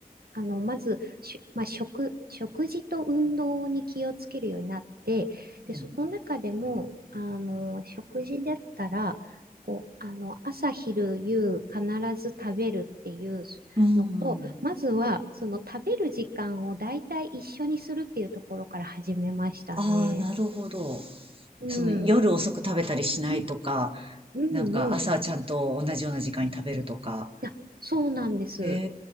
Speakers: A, on the right; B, on the right.
A: あの、まず、しまあ、食、食事と運動に気をつけるようになって、で、
B: うん。
A: その中でも、あの、食事だったら、こう、あの、朝、昼、夕、必ず食べるっていう
B: うん
A: のと、まずは、その食べる時間を大体一緒にするっていうところから始めましたね。
B: ああ、なるほど。
A: うん。
B: その夜遅く食べたりしないとか、
A: うん、うん、
B: なんか朝ちゃんと同じような時間に食べるとか。
A: うん。あ、そうなんです。
B: え